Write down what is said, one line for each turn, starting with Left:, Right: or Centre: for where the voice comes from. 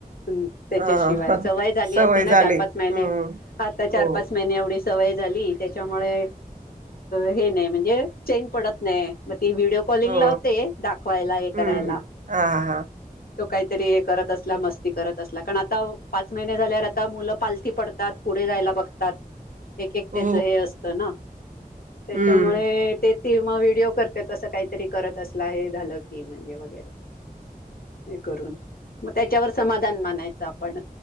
Left: ह त्याच्याशिवाय
Right: हा हा.
Left: सवय झाली असते ना
Right: झाली
Left: चार
Right: हम्म
Left: पाच महिने आता चार
Right: हो
Left: पाच महिने एवढे सवय झाली त्याच्यामुळे हे नाही म्हणजे चैन पडत नाही. ती व्हिडिओ कॉलिंग
Right: हो
Left: लावते दाखवायला हे
Right: हम्म
Left: करायला
Right: हम् हा हा
Left: तो काहीतरी करत असला मस्ती करत असला कारण आता पाच महिने झाल्यावर आता मुलं पालथी पडतात पुढे जायला बघतात. एक एक त्याच
Right: हो
Left: हे असतं ना. त्याच्यामुळे
Right: हम्म
Left: ते ती मग व्हिडिओ करते तसं काहीतरी करत असलं हे झालं की म्हणजे वगैरे हे करून मग त्याच्यावर समाधान मानायचं आपण